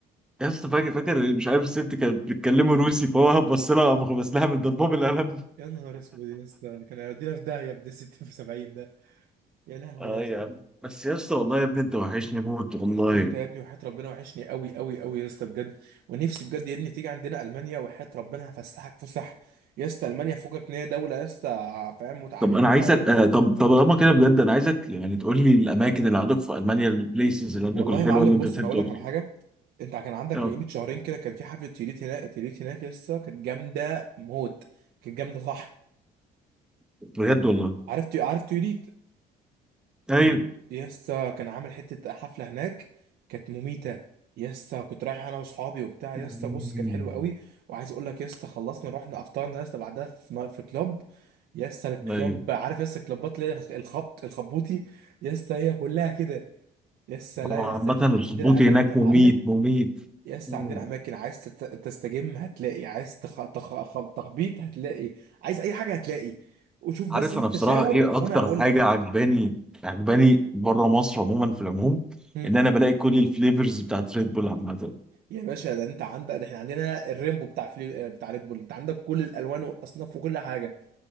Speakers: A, in the centre; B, on the right.
A: يا اسطى فاكر فاكر مش عارف الست كانت بتتكلموا روسي فهو بص لها قام غمس لها من ضربه بالقلم
B: يا نهار اسود يا اسطى كان هيودينا في داهيه ابن 60 في 70 ده يا لهوي
A: اه
B: يا اسطى
A: يا عم بس يا اسطى والله يا ابني انت وحشني موت والله
B: وانت يا ابني وحياة ربنا وحشني قوي قوي قوي يا اسطى بجد ونفسي بجد يا ابني تيجي عندنا المانيا وحياة ربنا هفسحك فسح يا اسطى المانيا فوقك ان هي دوله يا اسطى فاهم متعجرفه
A: طب انا عايزك آه طب طب لما كده بجد انا عايزك يعني تقول لي الاماكن اللي عندك في المانيا البليسز اللي عندك
B: والله
A: الحلوه
B: يا معلم
A: اللي انت
B: بص
A: بتحب
B: انا اقول
A: تقعد
B: لك على
A: فيها
B: حاجه انت كان عندك
A: آه،
B: من قيمه شهرين كده كان في حفله تيوليت هناك تيوليت هناك يا اسطى كانت جامده موت كانت جامده صح
A: بجد والله
B: عارف تي- عارف تيوليت
A: ايوه
B: يا اسطى كان عامل حته حفله هناك كانت مميته يا اسطى كنت رايح انا واصحابي وبتاع
A: مم.
B: يا اسطى بص كانت حلوه قوي وعايز اقول لك يا اسطى خلصنا رحنا افطرنا يا اسطى بعدها في نا- في كلاب يا اسطى الكلاب
A: ايوه
B: عارف يا اسطى الكلابات اللي هي الخبط الخبوطي يا اسطى هي كلها كده يا اسطى لا
A: هو عامة
B: يا اسطى احنا عندنا
A: الصبوتي
B: اماكن
A: هناك
B: يا
A: مميت
B: معلم
A: مميت
B: يا اسطى
A: مم.
B: عندنا اماكن عايز تت- تستجم هتلاقي عايز تخ... تخ... خل- تخبيط هتلاقي عايز اي حاجه هتلاقي وشوف
A: عارف
B: بس انت
A: انا بصراحه
B: شاور
A: ايه
B: وانا
A: اكتر
B: هقول
A: حاجه
B: لك
A: عجباني عجباني بره مصر عموما في العموم
B: هم.
A: ان انا بلاقي كل الفليفرز بتاعت ريد بول عامه
B: يا باشا ده انت عندك ده احنا عندنا الريمبو بتاع فلي... بتاع ريد بول انت عندك كل الالوان والاصناف وكل حاجه